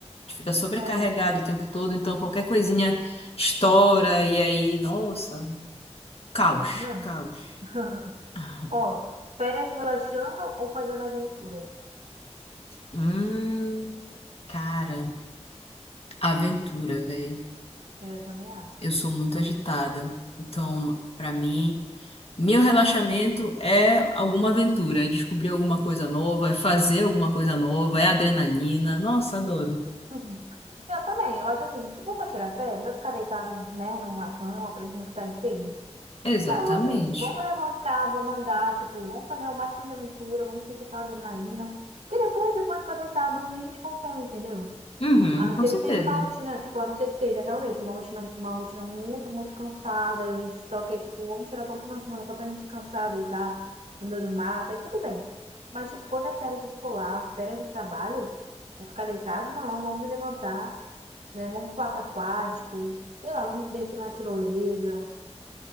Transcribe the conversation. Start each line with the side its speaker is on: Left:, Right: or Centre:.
Left: gente fica sobrecarregado
Right: É,
Left: o tempo todo, então qualquer coisinha estoura e aí, nossa, caos,
Right: é isso mesmo.
Left: caos.
Right: <laughs>
Left: <laughs>
Right: Ó, férias relaxando ou fazendo aventuras?
Left: Hum, cara, aventura, velho.
Right: Eu também acho.
Left: Eu sou muito agitada. Então, pra mim. Meu relaxamento é alguma aventura, é descobrir alguma coisa nova, é fazer alguma coisa nova, é adrenalina. Nossa, adoro.
Right: <laughs> Eu também, eu acho assim, se for pra tirar férias, vai ficar deitado, né, numa cama, por exemplo, que tá enfermo.
Left: Exatamente.
Right: Não, gente, vamos levantar, vamos andar, tipo, vamos fazer o máximo de aventura, vamos sentir essa adrenalina. Porque depois, depois pra deitar, dormir, a gente consegue, entendeu?
Left: Uhum,
Right: A não
Left: com
Right: ser
Left: certeza.
Right: que seja uma rotina, tipo, a não ser que seja realmente uma rotina, uma rotina muito, muito cansada, e a gente só quer, tipo, vamos tirar só um final de semana só pra gente descansar, deitar no meio do mato, aí tudo bem. Mas, tipo, quando é férias escolar, férias de trabalho, vai ficar deitado, não, vamos levantar, né? Vamos pro parque aquático, sei lá, vamos descer na tirolesa.